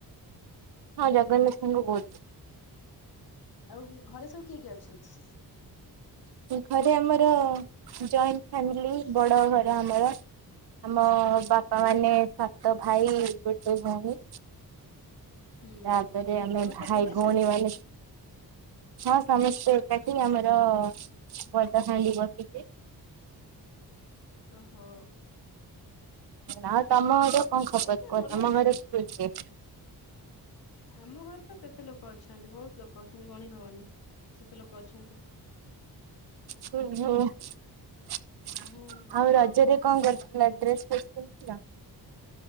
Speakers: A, on the right; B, on the left.
A: ହଁ ଜଗନ୍ନାଥଙ୍କୁ ବୋହୁତ।
B: ଆଉ ହୋଉ ଘରେ ସବୁ କିଏ କିଏ ଅଛନ୍ତି?
A: ଘରେ ଆମର ଜଏଣ୍ଟ ଫ୍ୟାମିଲି ବଡ ଘର ଆମର। ଆମ ବାପାମାନେ ସାତ ଭାଇ ଗୋଟେ ଭୋଉଣୀ।
B: ହୁଁ
A: ତାପରେ ଆମେ
B: ସମସ୍ତେ
A: ଭାଇ
B: ଏକାଠି
A: ଭୋଉଣୀମାନେ
B: ଅଛନ୍ତି
A: ହଁ ସମସ୍ତେ ଏକାଠି ଆମର ବଡ ହାଣ୍ଡି ବସୁଚି।
B: ଓହୋ।
A: ଆଉ ତମ ଘରେ କଣ
B: ହଉ
A: ଖବର
B: ସେ
A: କୁହ
B: ଭଲ
A: ତମ ଘରେ କିଛ
B: ଆମ ଘରେ ତ କେତେ ଲୋକ ଅଛନ୍ତି ବହୁତ ଲୋକ ଅଛନ୍ତି ଗଣୀ ହବନି ସେତେ ଲୋକ ଅଛନ୍ତି।
A: ହୁଁ ହୁଁ <inaudible>
B: <inaudible>
A: ଆଉ ରଜରେ କଣ କରିଥିଲ ଡ୍ରେସ୍ ଫ୍ରେସ୍ ପିନ୍ଧିଥିଲ?